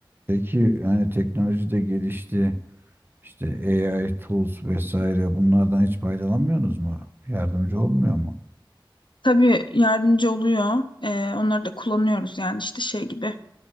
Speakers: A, on the right (about 25°); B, on the left (about 65°).
A: peki yani teknoloji de gelişti. İşte AI tools vesaire bunlardan hiç faydalanmıyorsunuz mu? Yardımcı olmuyor mu?
B: Tabii yardımcı oluyor. E, onları da kullanıyoruz yani işte şey gibi.